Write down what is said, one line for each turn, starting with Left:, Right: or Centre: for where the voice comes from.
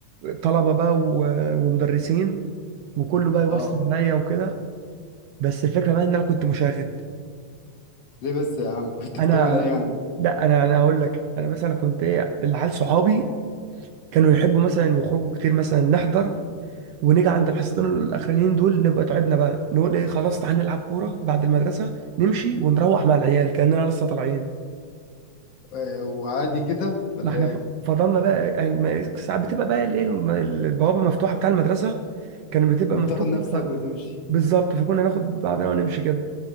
Right: طلبه بقى و- ومدرسين وكله بقى يوصل
Left: أه
Right: عليا وكده بس الفكره بقى ان انا كنت مشاغب
Left: ليه بس يا عم <laughs> كنت
Right: انا
Left: بتعمل إيه يعني؟
Right: لا انا انا هقول لك انا مثلا كنت ايه العيال صحابي كانوا يحبوا مثلا يخرجوا كتير مثلا نحضر ونيجي عند الحصتين الاخرانيين دول نبقى تعبنا بقى نقول ايه خلاص تعالى نلعب كوره بعد المدرسه نمشي ونروح مع العيال كاننا لسه طالعين
Left: آه، وعادي كده ولا
Right: ما احنا
Left: إيه؟
Right: ف- فضلنا بقى يعني ما- ساعات بتبقى بقى الايه الم- البوابه مفتوحه بتاع المدرسه كانت بتبقى
Left: وبتاخد
Right: مفتوحه
Left: نفسك
Right: ف...
Left: وتمشي
Right: بالظبط فكنا ناخد بعضنا ونمشي كده